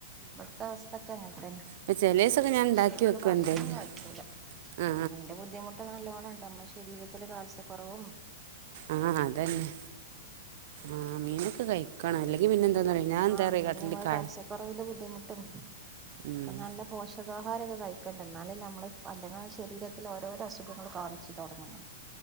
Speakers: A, on the right (about 15°); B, on the right (about 55°).
A: വിടുത്ത അവസ്തക്ക അങ്ങത്തെ
B: അപ്പം ചില ദിവസമൊക്കെ ഞാൻ ഉണ്ടാക്കി
A: ശരിക്ക്
B: വെക്കും
A: ഭക്ഷണം
B: എന്തെങ്കിലും
A: കഴിക്കൂല
B: ആ
A: അതിന്റെ ബുദ്ധിമുട്ട് നല്ലോണ്ണം ഉണ്ടമ്മ ശരീരത്തില്ൽ കാൽസ്യ കുറവും
B: ആഹ അതന്നെ ആഹ മീനൊക്കെ കഴിക്ക കണ അല്ലങ്കിൽ പിന്നെ എന്താന്ന് പറയുക ഞാൻ എന്താ
A: ആഹ
B: പറയുക
A: മീൻ
B: കടലിൽ
A: നമ്മ
B: കട
A: കാൽസ്യക്കുറവിന്റെ ബുദ്ധിമുട്ടും
B: ഉം
A: ഇപ്പ നല്ല പോഷകാഹാരൊക്കെ കഴിക്കണ്ട എന്നാല നമ്മള് അല്ല ശരീരത്തിലൽ ഓരോരോ അസുഖങ്ങൾ കാണിച്ചു തുടങ്ങുന്നു